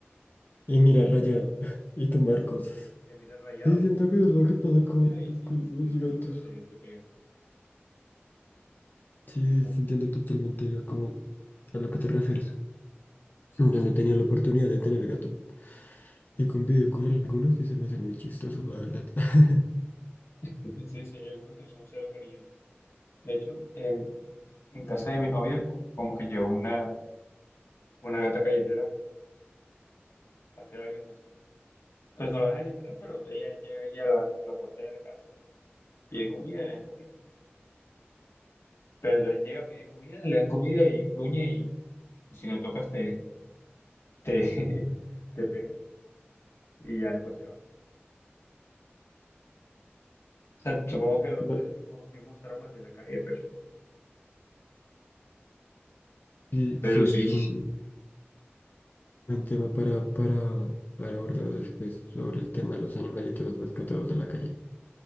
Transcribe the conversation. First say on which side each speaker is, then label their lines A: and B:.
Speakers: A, on the left; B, on the left.
A: y mirar rayado <laughs> y tumbar
B: y te,
A: cosas.
B: te mira rayado,
A: Sí, siento que es lo que pasa
B: te pide comida
A: con,
B: y si,
A: con
B: si
A: los
B: lo
A: gatos.
B: tocas te, te pega.
A: Sí,
B: Oh,
A: sí, entiendo totalmente a, cómo- a lo que te refieres.
B: Sí,
A: Yo
B: sí,
A: no he tenido la oportunidad de tener gato y convivo con algunos y se me hacen muy chistosos, la verdad. <laughs>
B: <laughs> sí, sí, hay algunos que son cero cariñosos. De hecho, en, en casa de mi novia, como que llevo una, una gata callejera eh, hace varios meses. Pues no lo dejan entrar, pero ella llega ahí a la, a la puerta de la casa y pide comida, le dan comida. Pero entonces llega, pide comida, le dan comida y gruñe y, y si la tocas te, te, <laughs> te pega y ya después se va. O sea, supongo que lo,
A: No,
B: de los mismos, mismos traumas de la calle, pero...
A: sí,
B: Pero
A: sí, ese
B: sí,
A: es un buen tema para, para, para abordar después sobre el tema de los animalitos rescatados de la calle.